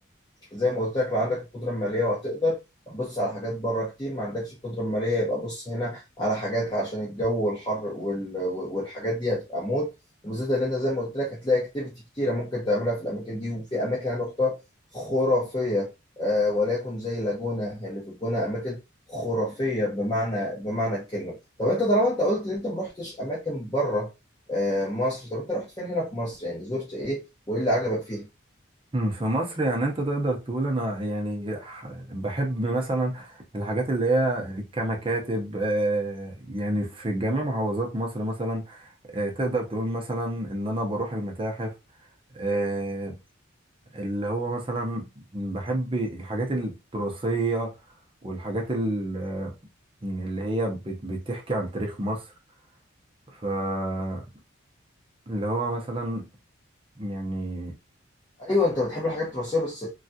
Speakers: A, on the left; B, on the right.
A: زي ما قلت لك لو عندك القدره الماليه وهتقدر بص على حاجات بره كتير ما عندكش القدره الماليه يبقى بص هنا على حاجات عشان الجو والحر وال... والحاجات دي هتبقى موت وبالذات اللي انت زي ما قلت لك هتلاقي اكتيفيتي كتيره ممكن تعملها في الاماكن دي وفي اماكن انا رحتها خرافيه آه وليكن زي لاجونا اللي في الجونه اماكن خرافيه بمعنى بمعنى الكلمه طب انت طالما انت قلت ان انت ما رحتش اماكن بره آه مصر طب انت رحت فين هنا في مصر يعني زرت ايه وايه اللي عجبك فيها
B: أمم، في مصر يعني انت تقدر تقول انا يعني ح- بحب مثلا الحاجات اللي هي كمكاتب آه، يعني في جميع محافظات مصر مثلا آه، تقدر تقول مثلا ان انا بروح المتاحف آه، اللي هو مثلا بحب الحاجات التراثية والحاجات ال- اللي هي بت- بتحكي عن تاريخ مصر فاللي هو مثلا يعني
A: ايوه انت بتحب الحاجات التراثيه بس